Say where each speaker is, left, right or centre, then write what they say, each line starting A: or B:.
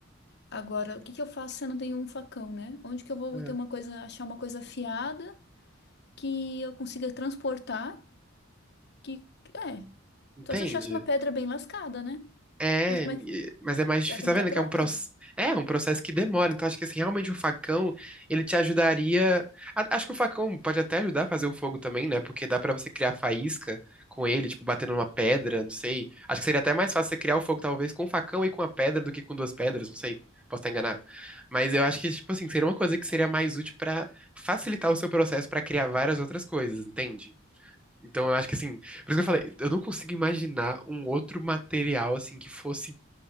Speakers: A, on the left; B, in the centre.
A: Agora, o que que eu faço se eu não tenho um facão, né? Onde que eu vou
B: é,
A: ter uma coisa, achar uma coisa afiada que eu consiga transportar? Que é.
B: entende?
A: Só se eu achasse uma pedra bem lascada, né?
B: É,
A: Mas como
B: e-
A: é que
B: mas é mais difícil,
A: ela tem
B: tá
A: que
B: vendo
A: estar
B: que
A: pronta?
B: é um processo, é um processo que demora, então acho que assim, realmente o facão, ele te ajudaria, a- acho que o facão pode até ajudar a fazer o fogo também, né, porque dá pra você criar faísca com ele, tipo, batendo numa pedra, não sei, acho que seria até mais fácil você criar o fogo talvez com o facão e com a pedra do que com duas pedras, não sei, posso estar enganado, mas eu acho que, tipo assim, seria uma coisa que seria mais útil pra facilitar o seu processo pra criar várias outras coisas, entende? Então eu acho que assim, por isso que eu falei, eu não consigo imaginar um outro material assim que fosse